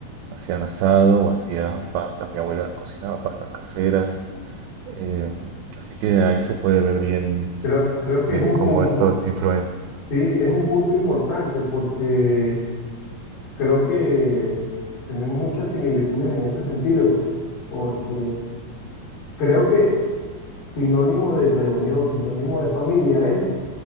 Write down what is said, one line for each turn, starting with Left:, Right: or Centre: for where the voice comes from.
Right: hacían asado o hacían pastas, mi abuela cocinaba pastas caseras, eh, así que ahí se puede ver bien,
Left: Creo, creo que
Right: bien
Left: es un
Right: cómo
Left: punto,
Right: esto es influencia.
Left: sí, es un punto importante porque Creo que tenemos muchas similitudes en este sentido, porque creo que sinónimo de reunión, sinónimo de familia es